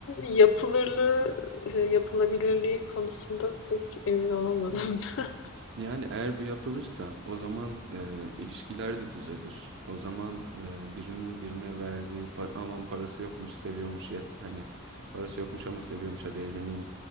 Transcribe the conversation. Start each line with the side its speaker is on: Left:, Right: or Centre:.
Left: yapılırlığı, şey, yapılabilirliği konusunda pek emin olamadım. <laughs>
Right: Yani eğer bu yapılırsa o zaman e, ilişkiler de düzelir. O zaman e, birinin birine verdiği par aman parası yokmuş seviyormuş yet hani parası yokmuş ama seviyormuş hadi evleneyim.